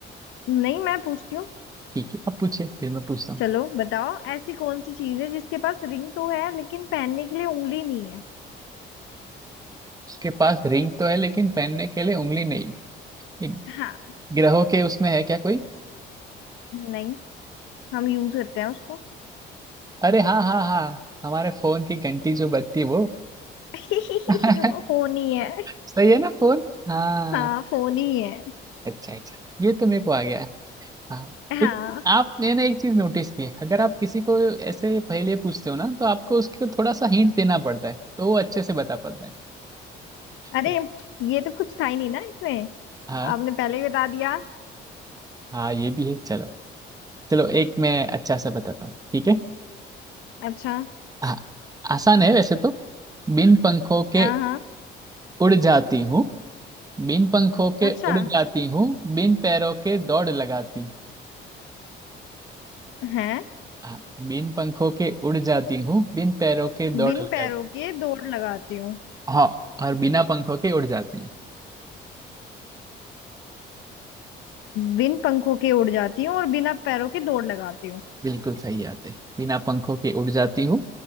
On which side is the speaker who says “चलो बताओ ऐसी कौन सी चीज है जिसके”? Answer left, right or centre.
Left